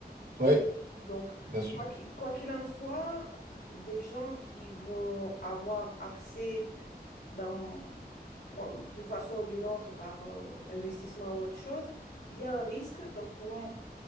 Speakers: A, on the right; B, on the left.
A: Ouais.
B: Donc,
A: Bien sûr.
B: quoi qu'il, quoi qu'il en soit, des gens qui vont avoir accès dans- pour- d'une façon ou d'une autre par euh, investissement ou autre chose, il y a un risque donc pour, m-